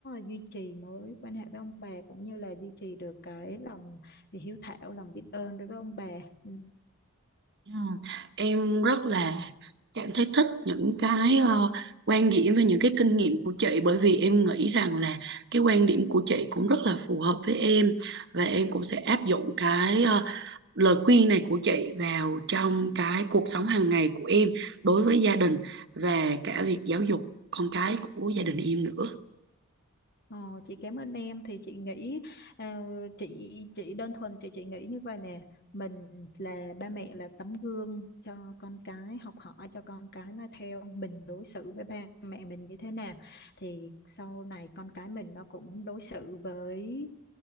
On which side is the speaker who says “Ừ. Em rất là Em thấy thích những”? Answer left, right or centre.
Right